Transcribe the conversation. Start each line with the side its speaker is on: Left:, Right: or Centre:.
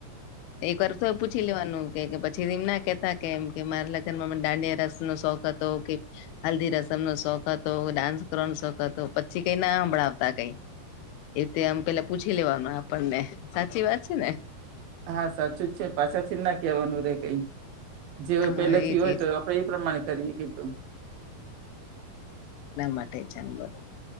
Left: એ કર તોય પૂછી લેવાનું કે કે પછી એમના કેતા કેમ કે મારા લગ્નમાં દાંડિયા રસ નો શોખ હતો કે હલ્દી રસમ નો શોખ હતો, ડાન્સ કરવાનો શોખ હતો પછી કઈ ના સાંભળાવતા કઈ એ તે આમ પેલા પૂછી લેવાનું આપણને સાચી વાત છે ને
Right: હા સાચું જ છે પાછળ થી ના કહેવાનું રે કઈ જે હોય
Left: હા
Right: પેલે
Left: એજ
Right: થી હોય
Left: એજ
Right: તો એ પ્રમાણે કરીએ કીધું
Left: ના માટે <unintelligible>